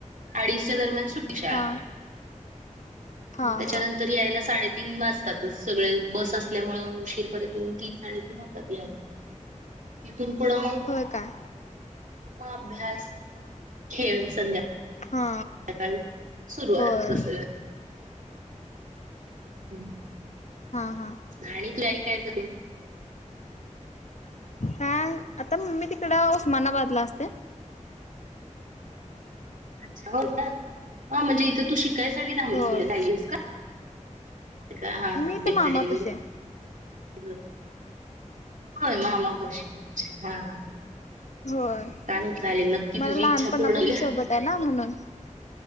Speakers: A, on the right; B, on the left.
A: अडीचच्या दरम्यान सूटते शाळा,
B: हा हा
A: मग त्याच्यानंतर
B: हा
A: याला साडे तन वाजतात सगळे बस असल्यामुळे उशीर, परतन तीन साडे तन होतात याला. तिथून पुढं हाय
B: होय काय.
A: अभ्यास खेळ सन
B: हा.
A: ध्यकाळी सुरू आहे
B: होय
A: तस. हम्.
B: हा हा
A: आणि तू आई काय करते.
B: हां आता मम्मी तिकड उस्मानाबादलात असते.
A: अच्छा हो ना हा म्हणजे इथं तू शिकायसाठी थांबलेली
B: होय.
A: राहायलीस का. का हा का
B: मी
A: मैत्रीनीन
B: तर मामापशी
A: बरोबर.
B: आहे.
A: होय मामा पशी पशी हा हा.
B: होय
A: चालेल चालेल नक्की
B: मला
A: तुझी
B: लहानपणापासून
A: इच्छा पूर्ण होईल.
B: सोबत आहे ना म्हणून